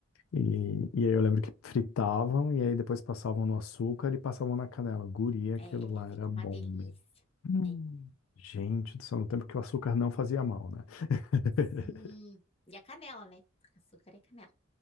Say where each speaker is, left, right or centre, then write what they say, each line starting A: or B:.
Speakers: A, on the left (about 85°); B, on the left (about 30°).
A: E, e aí eu lembro que fritavam e aí depois passavam no açúcar e passavam na canela. Guria, aquilo
B: É,
A: lá
B: fica
A: era bom
B: uma delícia,
A: mesmo. Hum.
B: né?
A: Gente do céu, no tempo que o açúcar não fazia mal, né? <laughs>
B: Sim. E a canela, né? Açúcar e canela.